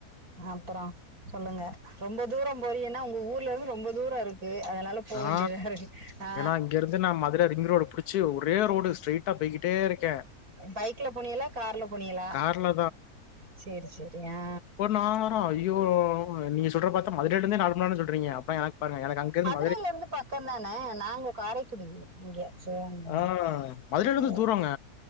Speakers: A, on the right; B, on the left.
A: அப்பறோ சொல்லுங்க ரொம்ப தூரோ போறியனா உங்க ஊர்ல இருந்து ரொம்ப தூரோ இருக்கு அதனால போக
B: ஆ
A: வேண்டியதா இருக்கு ஆ
B: ஏன்னா இங்க இருந்து நா மதுர ரிங் ரோடு புடிச்சு ஒரே ரோடு ஸ்ட்ரெய்ட்டா போய்கிட்டே இருக்கே
A: பைக்ல போனியலா கார்ல போனியலா
B: கார்ல
A: செரி செரி ஆ
B: நா ஐய்யோ நீங்க சொல்றத பார்த்தா மதுரையில இருந்தே நாலு மண் நேரந்தா சொல்றீங்க அப்ப எனக்கு பாருங்க எனக்கு அங்க இருந்து
A: <unintelligible> இருந்து பக்க தானே நாங்க காரை துடிங் இங்க <inaudible>
B: ஆ மதுரையிலேருந்து
A: ஓ
B: தூரங்க.